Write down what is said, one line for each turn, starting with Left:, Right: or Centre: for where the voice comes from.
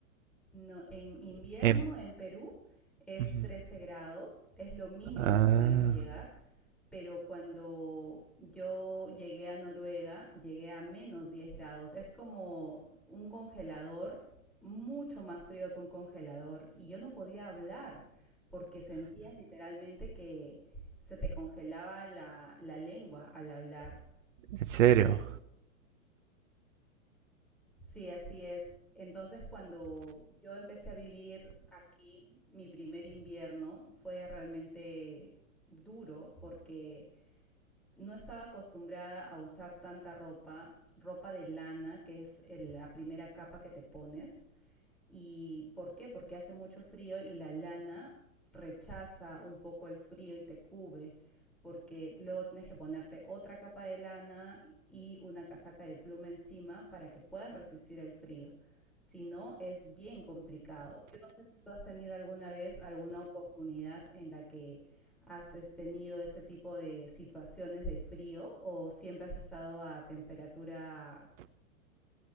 Centre: No, en invierno
Right: En...
Centre: en Perú es
Right: Ujú.
Centre: 13 grados, es lo mínimo
Right: Ah,
Centre: que podemos llegar, pero cuando yo llegué a Noruega, llegué a menos 10 grados. Es como un congelador, mucho más frío que un congelador, y yo no podía hablar porque sentías literalmente que se te congelaba la, la lengua al hablar.
Right: ¿en serio?
Centre: Sí, así es. Entonces, cuando yo empecé a vivir aquí, mi primer invierno fue realmente duro porque no estaba acostumbrada a usar tanta ropa, ropa de lana, que es el- la primera capa que te pones. ¿Y por qué? Porque hace mucho frío y la lana rechaza un poco el frío y te cubre, porque luego tienes que ponerte otra capa de lana y una casaca de pluma encima para que puedas resistir el frío. Si no, es bien complicado. Yo no sé si tú has tenido alguna vez alguna oportunidad en la que has eh, tenido ese tipo de situaciones de frío o siempre has estado a temperatura